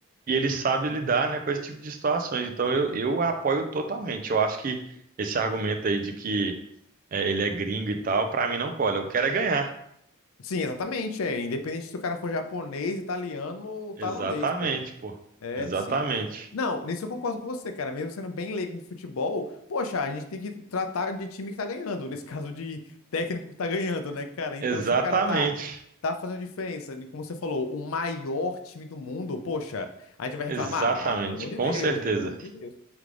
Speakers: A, on the right; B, on the left.
A: e ele sabe lidar, né, com esse tipo de situações. Então
B: Uhum.
A: eu, eu apoio totalmente. Eu acho que esse argumento aí de que é, ele é gringo e tal, pra mim não cola. Eu quero é ganhar.
B: Sim, exatamente, é. Independente se o cara for japonês, italiano ou tailandês,
A: Exatamente,
B: pô.
A: pô.
B: É,
A: Exatamente.
B: sim. Não, nisso eu concordo com você, cara. Mesmo sendo bem leigo em futebol, poxa, a gente tem que tratar de time que tá ganhando, nesse <laughs> caso de técnico que tá ganhando, né, cara? Então,
A: Exatamente.
B: se o cara tá, tá fazendo diferença, né, como você falou, o maior time do mundo, poxa, a gente vai
A: Exatamente.
B: reclamar? Ah, pelo amor de
A: Com
B: Deus,
A: certeza.
B: né? Pelo amor de Deus.